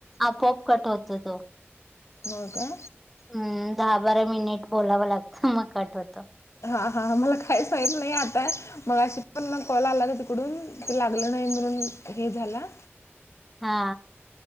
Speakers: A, in the centre; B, on the left (about 80°).
A: आपोआप कट होतो तो.
B: हो का,
A: हम्म दहा बारा मिनिट बोलावं लागतं मग कट होतो.
B: हा हा मला काहीच माहत नाही आता मग अशी पण कॉल आला का तिकडून ते लागलं नाही म्हणून हे झाला.
A: हा